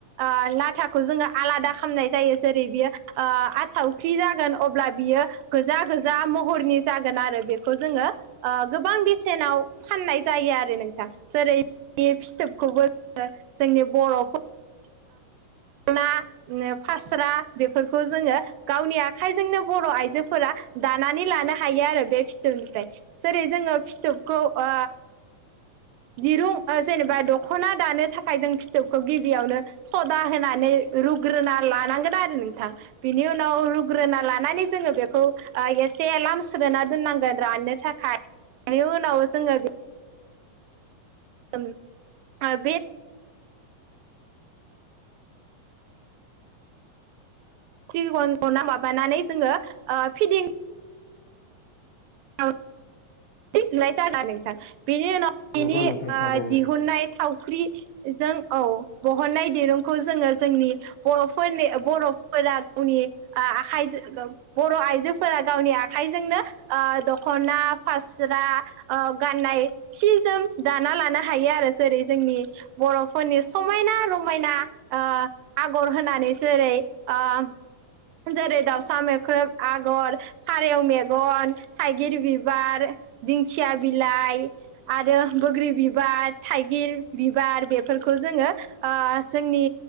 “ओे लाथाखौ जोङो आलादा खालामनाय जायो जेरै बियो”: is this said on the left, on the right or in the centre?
Right